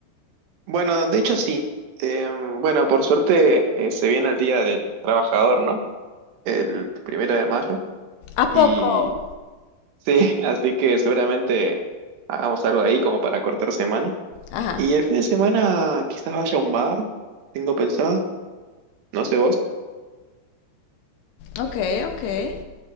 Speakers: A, on the right; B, on the left.
A: Bueno, de hecho sí. Eh, bueno, por suerte eh, se viene el Día del Trabajador, ¿no? El primero de mayo.
B: ¿A poco?
A: Y sí, <laughs> así que seguramente hagamos algo ahí como para cortar semana.
B: Ajá.
A: Y el fin de semana quizás vaya a un bar, tengo pensado, no sé vos.
B: Ok, ok. Eh,